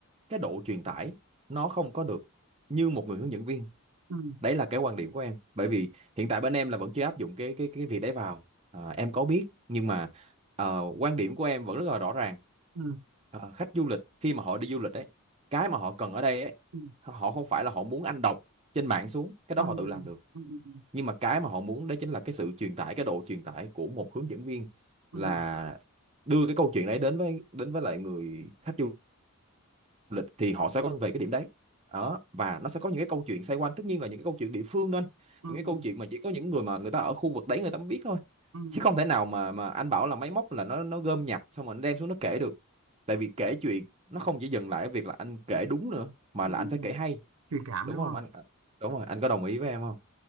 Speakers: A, on the right; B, on the right.
A: cái độ truyền tải nó không có được như một người hướng dẫn viên
B: ừm,
A: đấy là cái quan điểm của em bởi vì hiện tại bên em là vẫn chưa áp dụng cái cái cái việc đấy vào Ờ, em có biết nhưng mà ờ, quan điểm của em vẫn rất là rõ ràng
B: ừm,
A: Ờ, khách du lịch khi mà họ đi du lịch ấy cái mà họ cần ở đây ấy
B: ừm,
A: họ không phải là họ muốn anh đọc trên mạng xuống cái
B: ừm,
A: đó họ tự làm được
B: ừm, ừm,
A: nhưng mà cái mà họ muốn đấy chính là cái sự truyền tải cái độ truyền tải của một hướng dẫn viên
B: ừm,
A: là đưa cái câu chuyện đấy đến với đến với lại người khách du lịch thì họ sẽ quay về cái điểm đấy đó và nó sẽ có những cái câu chuyện xoay quanh tất nhiên là những cái câu chuyện địa phương đó anh.
B: ừm,
A: những cái câu chuyện mà chỉ có những người mà người ta ở khu vực đấy người ta mới biết thôi
B: ừm,
A: chứ không thể nào mà mà anh bảo là máy móc là nó nó gom nhặt xong rồi nó đem xuống nó kể được tại vì kể chuyện nó không chỉ dừng lại ở việc là anh kể đúng nữa mà
B: ừm.
A: là anh phải kể hay
B: truyền cảm
A: đúng
B: đúng
A: không
B: không?
A: anh à, đúng rồi anh có đồng ý với em không